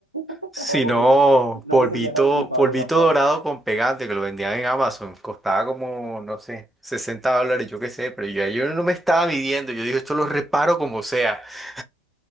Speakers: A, on the right; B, in the centre.
A: <laughs>
B: Si no,
A: No
B: polvito,
A: me sentía tan culpable
B: polvito
A: tampoco.
B: dorado con pegante que lo vendían en Amazon, costaba como, no sé, 60 dólares, yo qué sé, pero yo, yo no me estaba midiendo, yo dije, esto lo reparo como sea. <laughs>